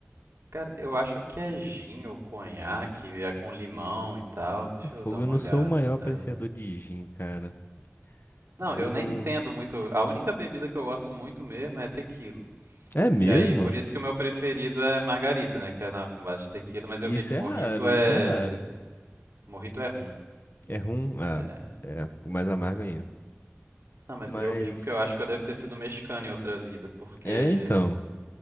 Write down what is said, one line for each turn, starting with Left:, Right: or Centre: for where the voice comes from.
Right: Cara, eu acho que é gin ou conhaque, é com limão e tal. Deixa
Left: É fogo,
Right: eu dar uma
Left: eu não
Right: olhada.
Left: sou o maior apreciador
Right: É.
Left: de gin, cara.
Right: Não,
Left: Eu
Right: eu
Left: não.
Right: nem entendo muito. A única bebida que eu gosto muito mesmo é tequila.
Left: É mesmo?
Right: E aí, por isso que o meu preferido é margarita, né? Que é na- com base de tequila, mas
Left: Isso
Right: eu vi aqui mojito
Left: é raro,
Right: é.
Left: isso é raro.
Right: Mojito é rum.
Left: É rum? Ah,
Right: É.
Left: é, o mais amargo ainda.
Right: Não, mas
Left: Mas,
Right: eu brinco que eu acho que eu devo ter sido mexicano em outra vida, porque.
Left: é então.